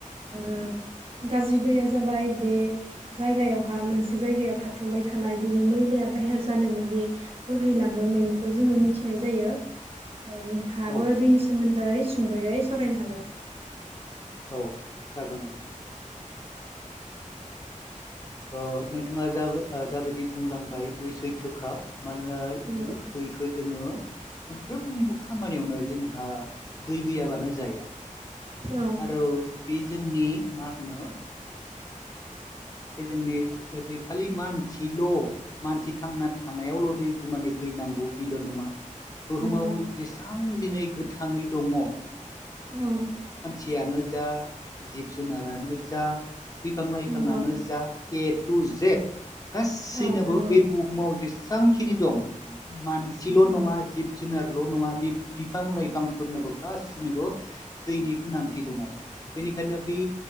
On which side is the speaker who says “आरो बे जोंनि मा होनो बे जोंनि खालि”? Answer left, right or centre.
Left